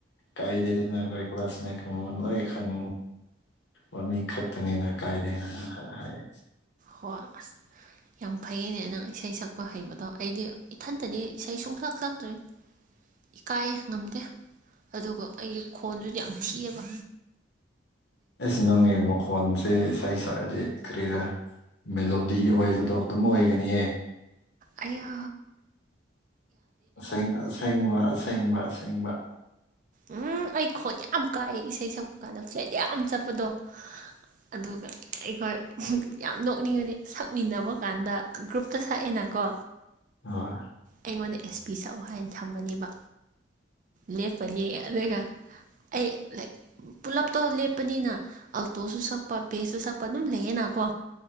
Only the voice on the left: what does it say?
ꯀꯥꯏꯗꯩꯗꯅꯦ ꯀ꯭ꯂꯥꯁꯪꯦ ꯈꯪ ꯋꯥꯃꯤ ꯈꯛꯇꯅꯤ ꯅꫭꯏ ꯀꯥꯏ ꯂꯩ ꯍꯥꯟꯅ ꯍꯥꯏꯌ‌ꯦ꯫
ꯑꯦꯁ ꯅꯪꯒꯤ ꯃꯈꫭꯜ꯫ ꯐꯣꯟꯁꯦ ꯏꯁꯥ ꯏꯁꯥꯗꯤ ꯀꯔꯤꯔ ꯃꯦꯂꯣꯗꯤ ꯑꯣꯏꯕꯗꯣ ꯑꯗꯨꯝ ꯑꯣꯏꯒꯅꯤꯌꯦ꯫
ꯑꯁ ꯑꯁꯦꯡꯕ ꯑꯁꯦꯡꯕ ꯑꯁꯦꯡꯕ
ꯍꯣꯏ